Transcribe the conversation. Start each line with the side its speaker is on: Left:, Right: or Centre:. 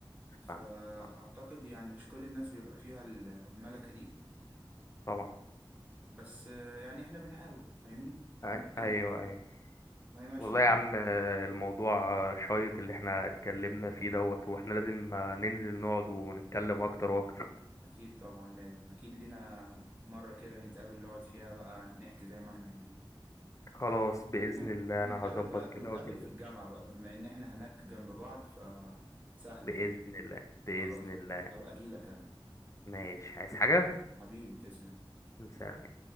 Right: فأعتقد
Left: فاهم فاهم.
Right: يعني مش كل الناس بيبقى فيها ال- الملكة دي
Left: طبعا
Right: بس آه، يعني احنا بنحاول فاهمني
Left: أي-
Right: نجتهد
Left: ايوه
Right: برضه
Left: ايوه
Right: وهي ماشية
Left: والله
Right: معانا
Left: يا عم آه، الموضوع آه، شيق اللي احنا اتكلمنا فيه دوت واحنا لازم آه، ننزل نقعد ونتكلم اكتر واكتر
Right: أكيد طبعا لازم أكيد لينا مرة كده نتقابل نقعد فيها بقى نحكي زي ما احنا عايزين
Left: خلاص باذن
Right: ممكن
Left: الله
Right: نتقابل
Left: انا هظبط
Right: بقى
Left: كده
Right: نتقابل
Left: واكلمك
Right: في الجامعة بقى بما إن احنا هناك جنب بعض فسهلة
Left: باذن الله باذن
Right: خلاص
Left: الله
Right: هبقى أجيلك أنا
Left: ماشي عايز حاجه
Right: يعني حبيبي تسلم
Left: سلام